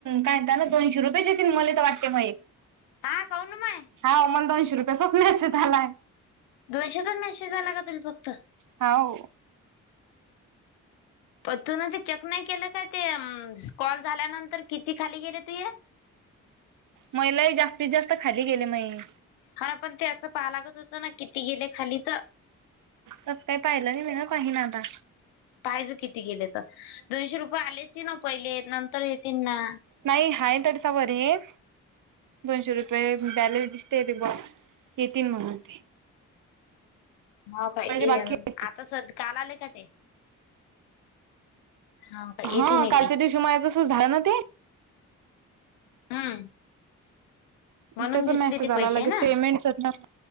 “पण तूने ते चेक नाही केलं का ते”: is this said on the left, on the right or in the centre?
Left